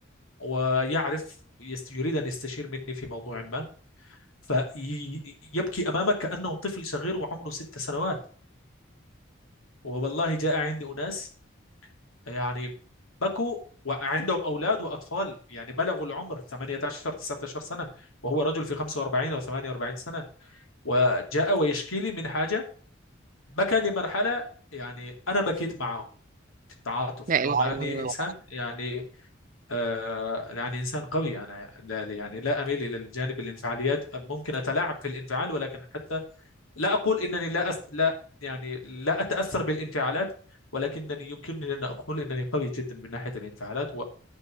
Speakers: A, on the left; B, on the right.
A: ويعرف يست- يريد أن يستشير مني في موضوع ما فيبكي أمامك كأنه طفل صغير وعمره ست سنوات والله جاء عندي أناس يعني بكوا وعندهم أولاد وأطفال يعني بلغوا العمر 18 19 سنة وهو رجل في 45 أو 48 سنة وجاء ويشكي لي من حاجة بكى لمرحلة يعني أنا بكيت معه في التعاطف
B: لا
A: لو
B: إله
A: ما
B: إلا
A: أني
B: الله
A: إنسان يعني آه، يعني إنسان قوي أنا لا يعني لا أميل إلى الجانب الانفعاليات ممكن أتلاعب في الانفعال ولكن حتى لا أقول إنني لا أس... لا يعني لا أتأثر بالانفعالات ولكنني يمكنني أن أقول إنني قوي جدا من ناحية الانفعالات